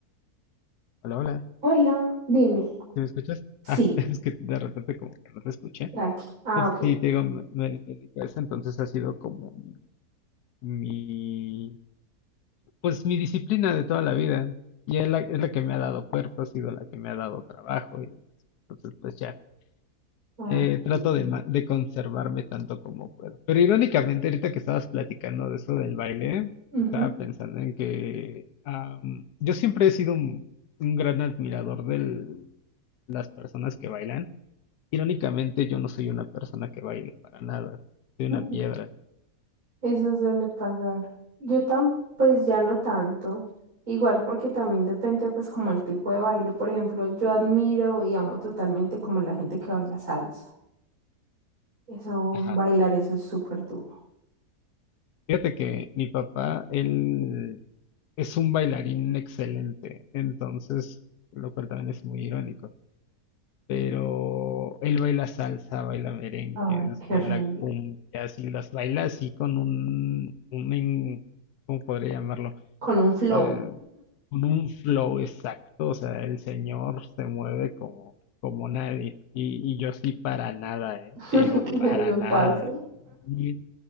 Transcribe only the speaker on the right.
hola, dime.
Sí,
tranqui. Ah,
ok.
Ay,
qué
bien.
<laughs>
Eso suele pasar. Yo tan, pues ya no tanto. Igual porque también depende pues como el tipo de baile. Por ejemplo, yo admiro y amo totalmente como la gente que baila salsa. Eso,
bailar eso es súper duro.
Ay, qué
rico.
Con un flow.
<laughs>
Eso
pasa.